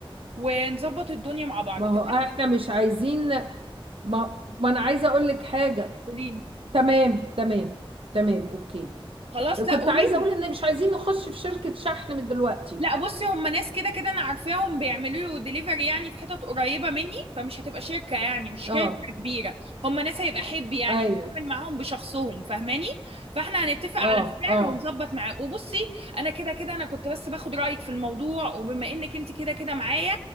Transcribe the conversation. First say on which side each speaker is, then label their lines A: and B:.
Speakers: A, on the right (about 80°); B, on the right (about 70°).
A: ونظبط الدنيا مع بعض
B: ما
A: تمام
B: هو احنا مش عايزين ما, ما انا عايزة اقول لك حاجة
A: قولي لي
B: تمام تمام تمام اوكي
A: خلاص لا
B: كنت
A: قولي
B: عايزة اقول ان مش عايزين نخش في شركة شحن من دلوقتي
A: لا بصي هم ناس كده كده انا عارفاهم بيعملوا له ديليفري يعني في حتت قريبه مني فمش هتبقى شركه يعني مش
B: اه
A: شركه كبيره هم ناس هيبقى حب يعني
B: ايوه
A: هتعامل معاهم بشخصهم فاهماني فاحنا هنتفق
B: اه
A: على السعر
B: اه
A: ونظبط معاه وبصي انا كده كده انا كنت بس باخد رايك في الموضوع وبما انك انت كده كده معايا